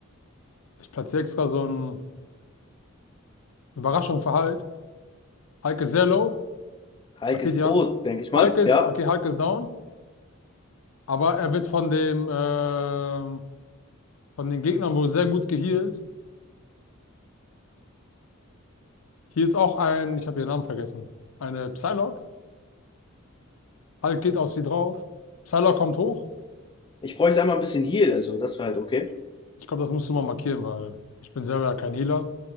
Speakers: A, on the left; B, on the left.
A: Ich platziere extra so eine Überraschung für Hulk. Hulk ist sehr low.
B: Hulk
A: Okay,
B: ist
A: die
B: tot,
A: haben.
B: denke ich mal.
A: Hulk ist,
B: Ja.
A: okay, Hulk ist down. Aber er wird von dem, ähm, von den Gegnern wohl sehr gut gehealt. Hier ist auch ein, ich habe ihren Namen vergessen. Eine Psylocke. Hulk geht auf sie drauf. Psylocke kommt hoch.
B: Ich bräuchte einmal ein bisschen Heal, also das wäre halt okay.
A: Ich glaube, das musst du mal markieren, weil ich bin selber ja kein Healer.